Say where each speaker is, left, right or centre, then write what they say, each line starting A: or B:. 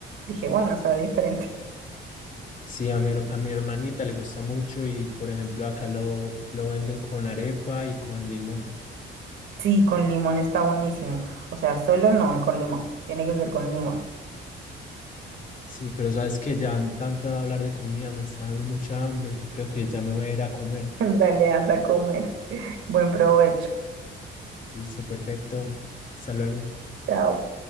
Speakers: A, on the right; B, on the left.
A: dije, bueno, sabe diferente. <laughs>
B: Sí, a mi, her- a mi hermanita le gusta mucho y por ejemplo acá lo, lo venden con arepa y con limón.
A: Sí, con limón está buenísimo. O sea, solo no con limón. Tiene que ser con limón.
B: Sí, pero sabes que ya tanto de hablar de comida me está dando mucha hambre. Yo creo que ya me voy a ir a comer.
A: <laughs> Dale, anda a comer. Buen provecho.
B: Listo, perfecto. Hasta luego.
A: Chao.